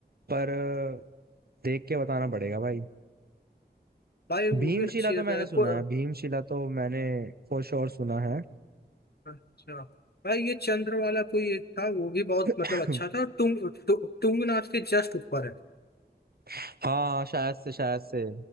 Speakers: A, on the right; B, on the left.
A: पर अ, देख के बताना पड़ेगा भाई
B: भाई
A: भीमशिला
B: वो भी अच्छी
A: तो
B: जगह
A: मैंने
B: है
A: सुना
B: को,
A: है भीमशिला तो मैंने फॉर श्योर सुना है
B: अच्छा भाई ये चंद्र वाला कोई एक था वो भी बहुत
A: <clears throat>
B: मतलब अच्छा था तुंग तु, तुंगनाथ के जस्ट ऊपर है
A: हाँ हाँ शायद से शायद से